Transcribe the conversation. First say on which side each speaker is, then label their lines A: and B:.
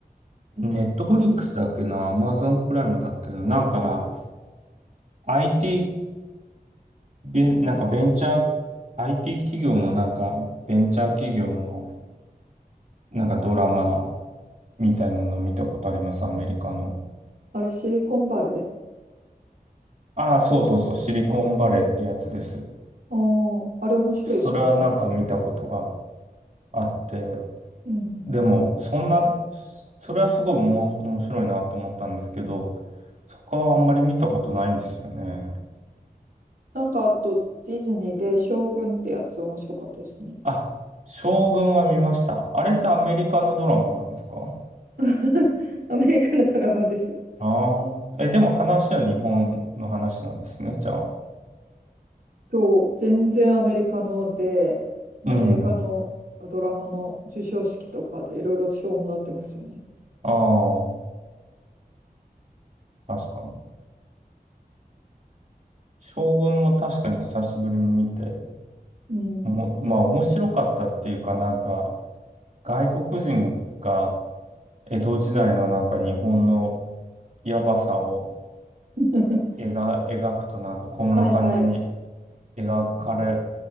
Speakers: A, on the right; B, on the right.
A: ネットフリックスだっけな、アマゾンプライムだっけな、なんか、IT、ベンなんかベンチャー、IT 企業のなんか、ベンチャー企業のなんかドラマみたいなの見たことあります、アメリカの。
B: あれ、シリコンバレー。
A: ああ、そうそうそう、シリコンバレーってやつです。
B: ああ、あれ面白いですよね。
A: それはなんか見たことがあって、
B: うんうんうん。
A: でも、そんな、それはすごいおも面白いなと思ったんですけど、他はあんまり見たことないんですよね。
B: なんか、あと、ディズニーで将軍ってやつ面白かったですね。
A: あ、将軍は見ました。あれってアメリカのドラマなんですか
B: <laughs> アメリカのドラマですよ。
A: ああえ、でも話は日本の話なんですね、じゃあ。
B: そう、全然アメリカので、アメリカのドラマの授賞式とかでいろいろ賞をもらってますよね。
A: うん。ああ、確かに。将軍も確かに久しぶりに見て、
B: うん。
A: も、まあ面白かったっていうかなんか、外国人が江戸時代のなんか日本のやばさを
B: <laughs>
A: 描、描くとなんかこんな感じに
B: はいはい。
A: 描かれ、